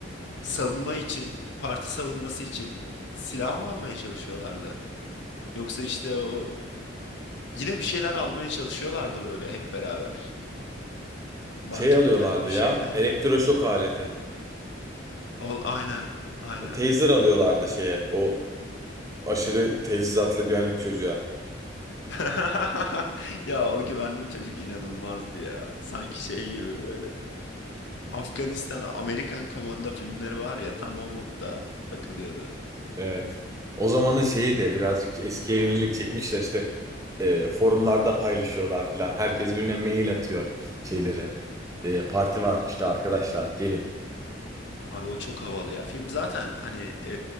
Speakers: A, on the left; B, on the right.
A: savunma için, parti savunması için silah mı almaya çalışıyorlardı? Yoksa işte o yine bir şeyler almaya çalışıyorlardı böyle hep beraber. Marketten
B: Şey alıyorlardı
A: mi
B: ya.
A: şeyden
B: Elektroşok
A: mi?
B: aleti.
A: Ol, aynen aynen.
B: Taser alıyorlardı şeye. O aşırı teçhizatlı güvenlik çocuğa. <laughs>
A: <laughs> Ya o güvenlik çocuk inanılmazdı ya. Sanki şey gibi böyle. Afganistan, Amerikan Komando filmleri var ya tam o modda takılıyordu.
B: Evet. O zamanın şeyi de birazcık eskiye yönelik çekmişler işte e, forumlarda paylaşıyorlar filan. Herkes birbirine mail atıyor şeyleri. E, parti var işte arkadaşlar gelin.
A: Abi o çok havalı ya. Film zaten hani e,